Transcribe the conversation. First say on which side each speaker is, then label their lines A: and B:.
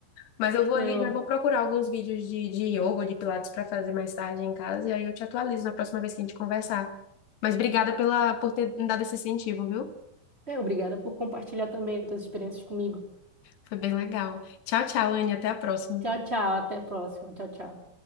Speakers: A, on the left; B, on the right.
A: Mas eu vou
B: Não,
A: ali, já vou procurar alguns vídeos de, de yoga ou de pilates para fazer mais tarde em casa. E aí eu te atualizo na próxima vez que a gente conversar. Mas obrigada pela, por ter me dado esse incentivo, viu?
B: é, obrigada por compartilhar também tuas experiências comigo.
A: Foi bem legal. Tchau, tchau, Anne. Até a próxima.
B: Tchau, tchau. Até a próxima. Tchau, tchau.